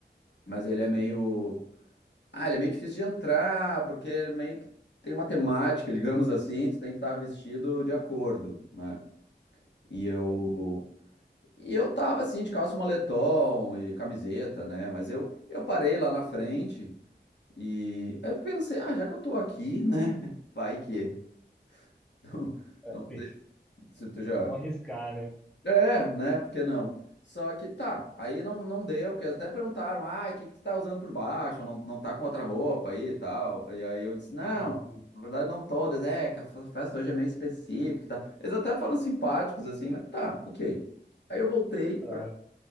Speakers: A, on the left; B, in the centre.
A: mas ele é meio. Ah, ele é meio difícil de entrar, porque ele meio que tem uma temática, digamos assim, tu tem que estar vestido de acordo, né? E eu e eu tava assim de calça e moletom e camiseta, né? Mas eu eu parei lá na frente e eu pensei, ah, já que eu tô aqui, né? <laughs> Vai que <laughs> não,
B: é,
A: não
B: sim.
A: sei se tu já
B: Vamos arriscar, né?
A: É, né? Por que não? Só que tá, aí não, não deu, porque eles até perguntaram, ah, o que que tu tá usando por baixo? Ou não, não tá com outra roupa aí e tal. E aí eu disse, não,
B: Sim, sim.
A: na verdade não todas, é, que a fe- festa hoje é meio específica e tal. Eles até foram simpáticos, assim, mas tá, ok. Aí eu voltei pra.
B: Aham,